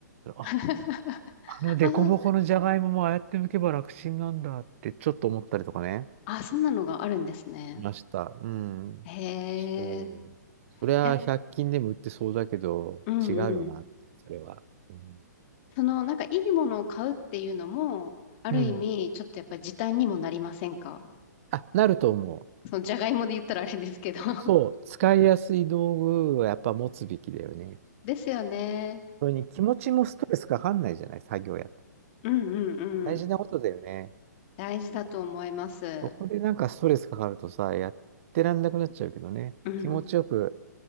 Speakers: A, on the right; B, on the left.
A: あ、
B: <laughs>
A: あのデコボコのじゃがいももああやって剥けば楽ちんなんだってちょっと思ったりとかね。
B: あー、あ、そんなのがあるんですね。
A: いました。うん。
B: へえ。
A: そう。
B: い
A: それは100均でも売ってそうだけど、
B: や、うんうん。
A: 違うよなって、それは。うん。
B: その、なんかいいものを買うっていうのも、ある意味、
A: うん
B: ちょっとやっぱり時短にもなりませんか
A: あ、なると思う。
B: その、じゃがいもで言ったらあれですけど <laughs>
A: そう。使いやすい道具はやっぱ持つべきだよね。
B: ですよね。
A: それに気持ちもストレスかかんないじゃない、作業やって。
B: うんうんうん。
A: 大事なことだよね。
B: 大事だと思います。
A: そこでなんかストレスかかるとさ、やってらんなくなっちゃうけどね。
B: うん。
A: 気持ちよく、